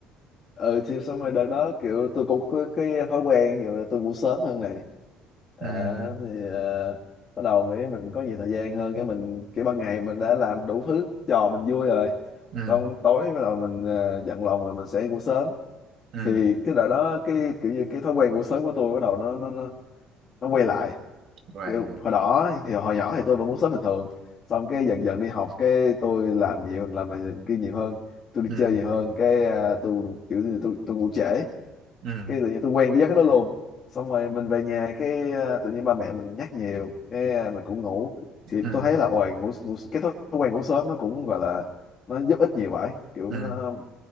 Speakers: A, on the left (about 30°); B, on the right (about 50°).
A: ừ thì xong rồi đợt đó kiểu tôi cũng có cái thói quen ví dụ là tôi ngủ sớm hơn này à,
B: ừ
A: thì ờ, bắt đầu mới mình có nhiều thời gian hơn cái mình cái ban ngày mình đã làm đủ thứ trò mình vui rồi
B: ừ
A: xong tối bắt đầu mình ờ, giận lòng rồi mình sẽ ngủ sớm
B: ừ
A: thì cái đợt đó cái kiểu như cái thói quen ngủ sớm của tôi bắt đầu nó nó nó, nó quay lại
B: và
A: kiểu hồi đó thì hồi nhỏ thì tôi vẫn ngủ sớm bình thường xong cái dần dần đi học cái tôi làm nhiều làm này làm kia nhiều hơn tôi đi
B: ừ
A: chơi nhiều hơn cái à, tôi kiểu như tôi tôi ngủ trễ
B: ừ
A: cái tự nhiên tôi quen cái giấc đó luôn xong rồi mình về nhà cái ờ, tự nhiên ba mẹ mình nhắc nhiều cái ờ, mình cũng ngủ thì
B: ừ
A: tôi thấy là ôi ngủ, ngủ cái thói quen ngủ sớm nó cũng gọi là nó giúp ích nhiều vậy kiểu
B: ừ
A: nó,